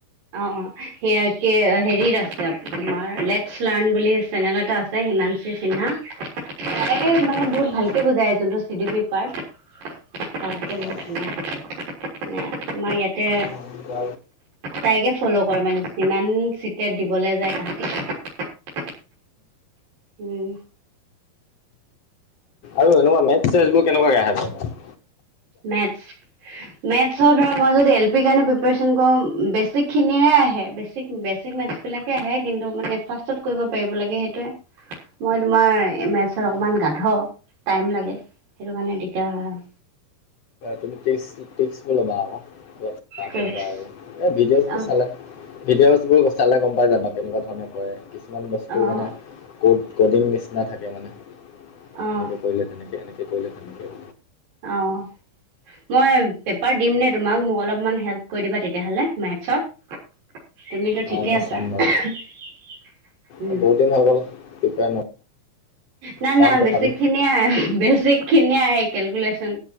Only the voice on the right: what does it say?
অ', অ'। হে এতিয়া হেৰিত আছে আপ-তোমাৰ লেটছ নান বুলি চেনেল এটা আছে। হিমানছি হা, তাই মানে বহুত
ভালকে বুজায় যোনটো চি ডি বি পাৰ্ট। ভালকে বহুত
ধুনীয়াকে, মানে আমাৰ ইয়াতে
তাইকে ফ'ল' কৰে মানে, যিমান চিটেট দিবলৈ যায় তাহাঁতি। উম।
মেথছ। মেথছৰ ধৰা মই যদি এল পিৰ কাৰণে প্ৰিপাৰেচন কৰো উম, বেছিক খিনিয়ে আহে বেছিক বে বেছিক মেথছ বিলাকে আহে, কিন্তু মানে ফাৰ্ষ্টত কৰিব পাৰিব লাগে সেইটোৱে। মই তোমাৰ এ, মেথছ
অকমান গাধ। টাইম লাগে, সেইটো কাৰণে দিকদাৰ হয় আৰু।
ট্ৰিক্স
অঁ
অঁ
অঁ
অঁ মই পেপাৰ দিম দেই তোমাক মোক অলপ হেল্প কৰি দিবা তেতিয়া হ'লে মেটচত। তুমিতো ঠিকে
আছা।
<unintelligible> উম।
না
না
বেছিক খিনিয়ে আ বেচ চিক খিনিয়ে আহে কেলকুলেশ্যন